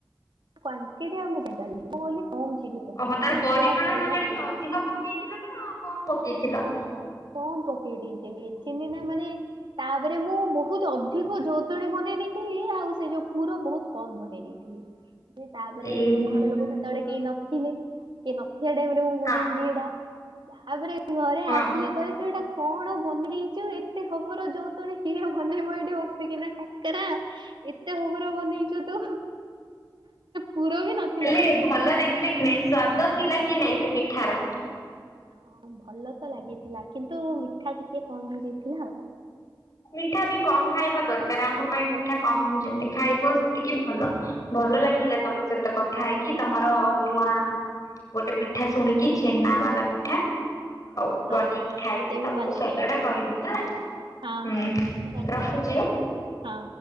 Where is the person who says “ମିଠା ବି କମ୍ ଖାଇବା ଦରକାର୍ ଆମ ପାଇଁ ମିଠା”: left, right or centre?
Left